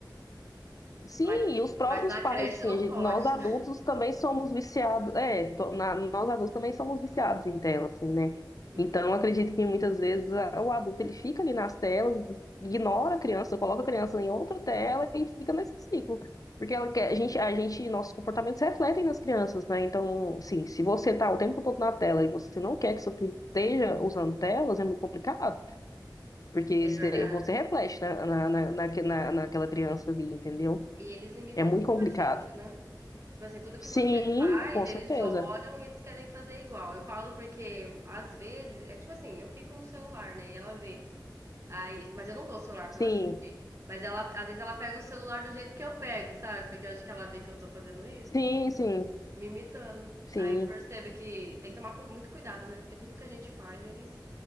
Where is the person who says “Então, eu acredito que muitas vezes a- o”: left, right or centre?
Left